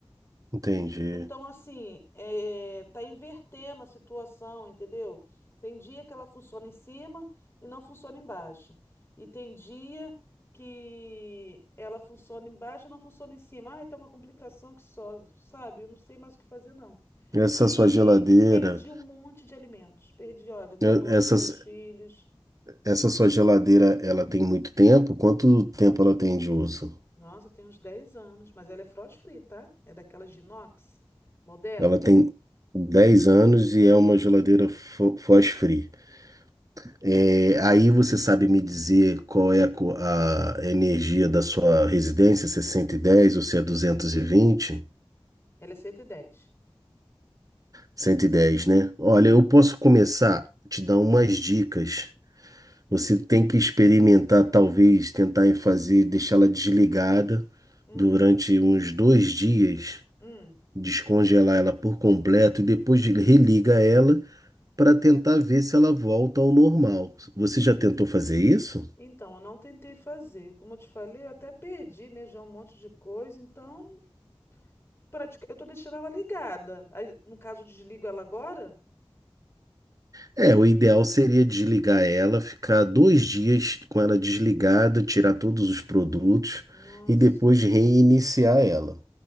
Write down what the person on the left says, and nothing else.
Ent- Então, assim, é, tá invertendo a situação, entendeu? Tem dia que ela funciona em cima e não funciona embaixo. E tem dia que ela funciona embaixo e não funciona em cima. Ai, tá uma complicação que só, sabe? Eu não sei mais o que fazer, não.
E
perdi um monte de alimentos. Perdi, olha, Danone
dos meus filhos.
Nossa, tem uns 10 anos, mas ela é frost free, tá? É daquelas de inox, moderna.
Isso.
Ela é 110.
Hum.
Hum,
então, eu não tentei fazer. Como eu te falei, eu até perdi, né, já um monte de coisa. Então, pratica... eu tô deixando ela ligada. Aí, no caso, eu desligo ela agora?
Hum,
nossa.